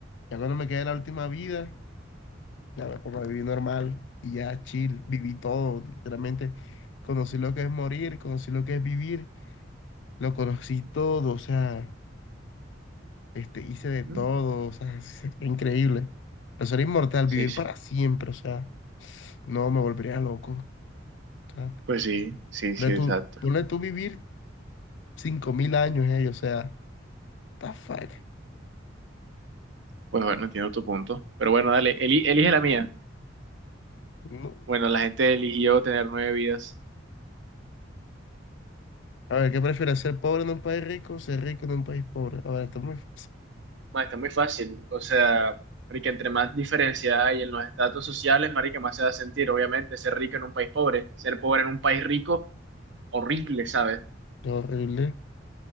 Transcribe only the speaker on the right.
Mm.
Sí,
sí.
Pues sí, sí,
sí,
exacto.
Pues bueno, entiendo tu punto. Pero bueno, dale, eli- elige la mía.
Bueno, la gente eligió tener nueve vidas.
Ma, está muy fácil. O sea, marica, entre más diferencia hay en los estatus sociales, marica, más se va a sentir. Obviamente, ser rico en un país pobre, ser pobre en un país rico, horrible, ¿sabes?